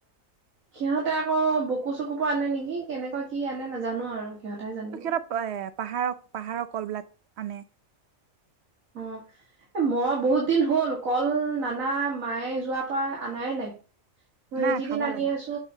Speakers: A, on the right; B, on the right.
A: <inaudible> তাতে আকৌ বকু চকুৰ পৰা আনে নেকি কেনেকুৱা কি আনে নাজানো আৰু সিহঁতেহে জানিব
B: সিহঁতৰ এ পাহাৰৰ পাহাৰৰ কল বিিলাক আনে
A: অঁ, এ মই বহুত দিন হ'ল কল নানা মায়ে যোৱাৰ পৰা অননায় নাই। মই
B: নাই
A: এইকেইদিন
B: খাব
A: আনি
B: লাগে
A: আছো।